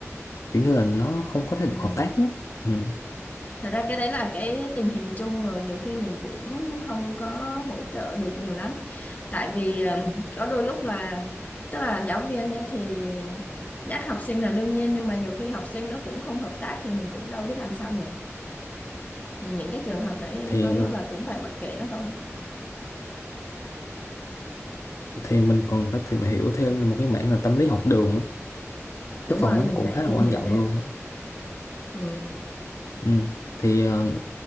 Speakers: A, on the left (about 75°); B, on the left (about 30°).
A: kiểu như là nó không có thái
B: ừ.
A: độ hợp tác đó. Ừ.
B: Thật ra cái đấy là cái tình hình chung rồi nhiều khi mình cũng không có hỗ trợ được nhiều lắm tại vì ờ, có đôi lúc là tức là giáo viên ấy thì nhắc học sinh là đương nhiên nhưng mà nhiều khi học sinh nó cũng không hợp tác thì mình cũng đâu biết làm sao được thì những cái trường hợp đấy
A: thì
B: đôi lúc là cũng phải mặc kệ nó thôi
A: thì mình còn phải tìm hiểu thêm một cái mảng là tâm lý học đường á.
B: đúng
A: cái phần
B: rồi
A: đó
B: mình
A: nó cũng
B: phải
A: khá là
B: tìm
A: quan
B: hiểu
A: trọng
B: thêm
A: luôn á.
B: ừ.
A: Ừ. Thì ờ,